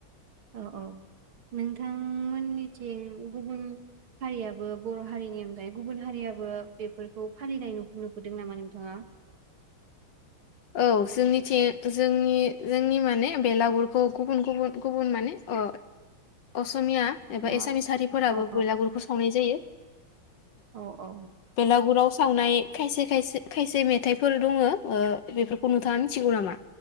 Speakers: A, on the right (about 80°); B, on the left (about 60°).
A: औ औ नोंथांमोननिथिं गुबुन हारियाबो बर' हारिनि अनगायै गुबुन हारियाबो बेफोरखौ फालिनाय नुबोदों नामा नोंथाङा?
B: औ जोंनिथि जोंनि जोंनि माने बेलागुरखौ गुबुन गुबुन गुबुन माने अ असमिया एबा
A: न
B: एसामिस हारिफोराबो
A: अ
B: बयलागुरखौ सावनाय जायो।
A: औ औ।
B: बेलागुराव सावनाय खायसे खायसे खायसे मेथाइफोर दङो ओ बेफोरखौ नोंथाङा मिथिगौ नामा?